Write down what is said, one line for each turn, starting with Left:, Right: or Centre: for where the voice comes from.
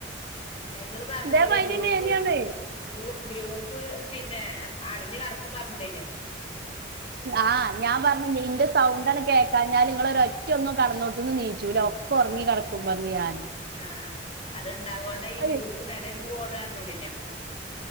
Left: ങ്ങള് പർഞ്ഞോളി
Right: ഇതേ മൈൻഡന്നേനിയാണേ
Left: ഗ്രൂപ്പ് ഗൂ ഗ്രൂപ്പ് പിന്നെ അടഞ് കെട്ക്കും പർഞ്ഞൂടേനോ
Right: ആ ഞാൻ പർഞ്ഞു ഇയ്ന്റെ സ് സൗണ്ടണ്ട് കേക്കാഞ്ഞാല് ഇങ്ങളൊരൊറ്റൊന്നും കെടന്നോട് ത്ത്ന്ന് ണീച്ചൂല്ല ഒക്കെ ഒർങ്ങിക്കെട്ക്കും പർഞ് ഞാന്
Left: ആഹ് അത്ണ്ടാവോണ്ട ഈ
Right: അതെ
Left: ഗ്രൂപ്പ് നെലൽന്ന് പോണ് പർഞ്ഞൂടെയ്നോ